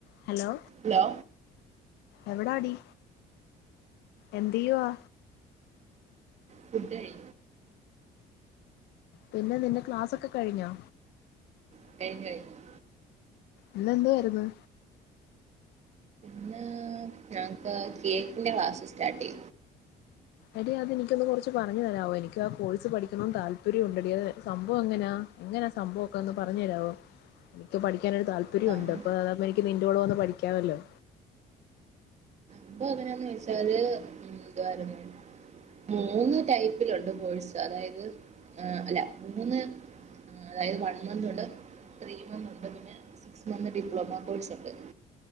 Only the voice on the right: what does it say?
ഹലോ
ഫുഡായി.
<unintelligible>
ഇന്ന്ഞങ്ങൾക്ക്കേക്കിന്റെക്ലാസ്സ് സ്റ്റാർട്ട്യ്തു
സം-
അപ്പൊ ങ്ങനെന്ന് വെച്ചാല് ന്തുവാരുന്നു മൂന്ന് ടൈപ്പിലുണ്ട് കോഴസ് അതായത് അല്ല മൂന്ന് അതായത് വൺമന്ത്ണ്ട് ത്രീമന്ത്ണ്ട് പിന്നെ ഇസ്ലാമിക് ഡിപ്ലോമ കോഴ്സ്ണ്ട്